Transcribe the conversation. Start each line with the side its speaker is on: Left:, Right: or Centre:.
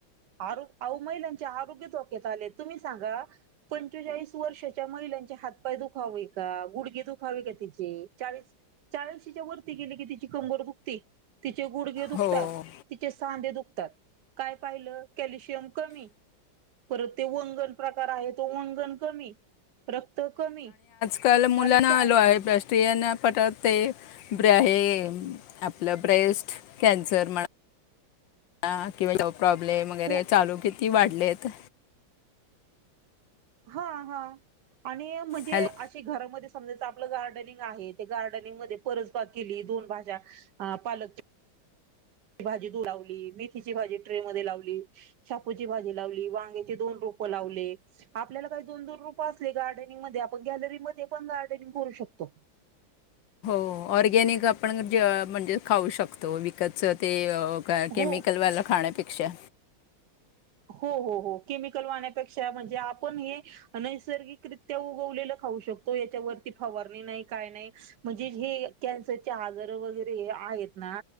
Right: आ अह महिलांचे आरोग्य ोक्याेत आलेत तुम्ही सांगा पंचेचाळीस वर्षाच्या महिलांचे हातपाय दुखावे का गुडगे दुखावे का तिचे चाळीस चाळीसशीेच्या वरती ग केली कि त चिकंबर बुती तिचे गुडघे दुखतात
Left: हो
Right: तिचे सांदे दुखत काय पाहिलं कॅल्शियम कमी परत ते वंगण प्रकार आहे तो वंगण कमी रक्त कमी
Left: कल मुलाना
Right: अरे काय
Left: आलो आहे राष्ट्रीयन पटत ते ब हे आपलं ब्रेस्ट कॅन्सर म्हणा किंवा प्रॉब्लेम वगैरे
Right: हो
Left: चालू किती वाढले का
Right: हा हा आणि म्हणजे
Left: हॅलो
Right: अे घरामध्ये समजाच आपलं गार्डनिंग आहे ते गार्डनिंग मध्ये परसबाग केली दोन भाज्या पालक भाजी द लावली मेथीची भाजी ट्रे मध्ये लावली शापूची भाजी लावली वांगेचे दोन रोप लावले आपल्याला काही दोन दोन रुप असले गार्डनिंग मध्ये आपण गॅलरी मध्ये पण गार्डनिंग करू शकतो
Left: हो ऑर्गॅनिक आपण म्हणजे खाऊ शकतो व ते केमिकल
Right: हो
Left: वाला खाण्या प अिक्च्याा
Right: हो हो हो केमिकल वाहण्यापेक्षा म्हणजे आपण हे नैसर्गिकरित्या उगवलेलं खाऊ शकतो याच्यावरती फवारणी नाही काय नाही म्हणजे हे कॅन्सरचे आजार वगैरे आहेत ना